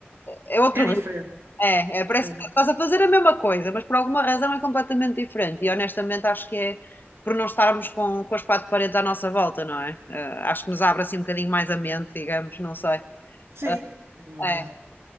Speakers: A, on the left (about 50°); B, on the right (about 80°).
A: é outro
B: é diferente.
A: ritmo. É, é, parece
B: É.
A: que estás a fazer a mesma coisa, mas por alguma razão é completamente diferente. E honestamente acho que é por não estarmos com, com as quatro paredes à nossa volta, não é? Eh, acho que nos abre assim um bocadinho mais a mente, digamos, não sei.
B: Sim,
A: Eh,
B: é verdade.
A: é.